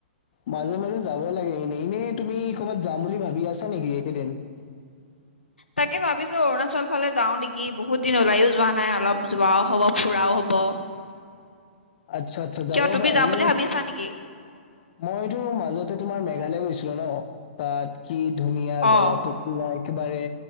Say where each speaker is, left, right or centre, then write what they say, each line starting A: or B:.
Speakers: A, on the left; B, on the left.
A: মাজে-মাজে যাব লাগে, এনে এনেই তুমি কৰ'ৰবাত যাম বুলি ভাবি আছা নেকি, এইকেইদিন? <unintelligible>
B: তাকে ভাবিছোঁ অৰুণাচল, ফালে যাওঁ নেকি বহুত দিন ওলায়ো যোৱা নাই অলপ যোৱাও হ'ব ফুৰাও হ'ব।
A: আচ্ছা, আচ্ছা যাব
B: কিয় তুমি
A: পাৰা
B: যাম
A: এনেই
B: বুলি ভাবি আছা নেকি
A: মইতো মাজতে তোমাৰ মেঘালয়, গৈছিলো ন। তাত কি ধুনীয়া
B: অ
A: জেগা টুপলা একেবাৰে।